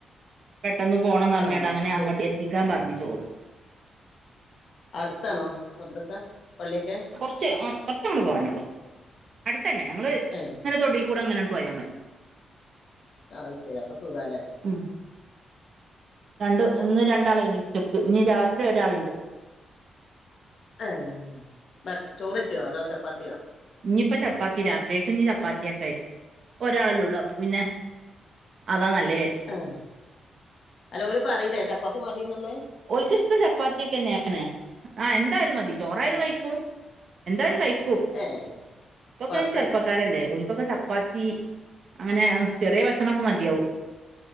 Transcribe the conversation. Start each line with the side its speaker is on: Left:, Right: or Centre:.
Right: പെട്ടന്ന് പോണംന്ന് പറഞ്ഞണ്ട്
Left: ആഹ
Right: അങ്ങനെ അങ്ങോട്ട്
Left: ച
Right: എത്തിക്കാൻ പറഞ്ഞു ചോറ്
Left: അടുത്താണോ മദ്രസ പളളിയൊക്ക
Right: ച്ച് കുറച്ചങ്ങട്ട് പോവാനൊള്ളു അടുത്തന്നെ ഞങ്ങള്
Left: ഏ
Right: ഞങ്ങടെ തൊടി കൂടങ്ങനെ പോയാൽ മതി
Left: ആഹ് അത് ശരി അപ്പൊ സുഖാല്ലേ
Right: ഉം രണ്ട് ഇന്ന് രണ്ടാളായിനി ഉച്ചക്ക് ഇനി രാത്രി ഒരാളുണ്ട്
Left: ആഹ് <unintelligible> ചോറ് കെട്ടിയോ അതോ ചപ്പാത്തിയോ
Right: ഇനിയിപ്പൊ ചപ്പാത്തി രാത്രിയാക്ക് ഇനി ചപ്പാത്തിയൊക്കെ ആയിട്ടുണ്ട് ഒരാളല്ലേ ഉള്ളു അപ്പൊ പിന്നെ അതാ നല്ലത്
Left: ആഹ് അല്ല ഓര് പറയില്ലേ ചപ്പാത്തി മതിയെന്നൊള്ളത്
Right: ഓൽക്കിഷ്ടം ചപ്പാത്തി ഒക്കെ തന്നെയാണ് ആഹ് എന്തായാലും മതി ചോറായാലും
Left: ഉം
Right: കഴിക്കും എന്തായാലും കഴിക്കും
Left: ഏ
Right: ഇപ്പൊക്കെ
Left: കൊഴപ്പല്ല
Right: ഓര് ചെറുപ്പക്കാരല്ലേ ഒരു ഇപ്പൊക്കെ ചപ്പാത്തി അങ്ങനെ ചെറിയ ഭക്ഷണവൊക്കെ മതിയാവും